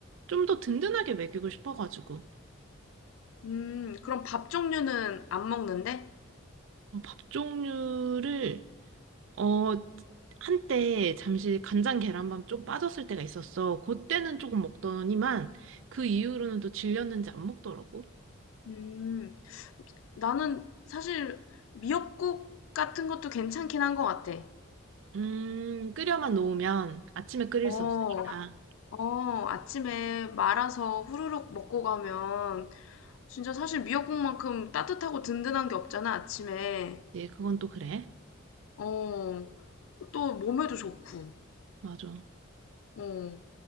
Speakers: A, on the right (about 65°); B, on the left (about 70°).
A: 좀 더 든든하게 먹이고 싶어가지고,
B: 음 그럼 밥 종류는 안 먹는데?
A: 어, 밥 종류를 어, 한때 잠시 간장 계란밥 좀 빠졌을 때가 있었어. 그때는 조금 먹더니만 그 이후로는 또 질렸는지 안 먹더라고.
B: 음 나는 사실 미역국 같은 것도 괜찮긴 한 것 같아.
A: 음, 끓여만 놓으면 아침에 끓일
B: 어.
A: 수 없으니까.
B: 어, 아침에 말아서 후루룩 먹고 가면 진짜 사실 미역국만큼 따뜻하고 든든한 게 없잖아, 아침에.
A: 예, 그건 또 그래.
B: 어, 또 몸에도 좋고.
A: 맞아.
B: 어,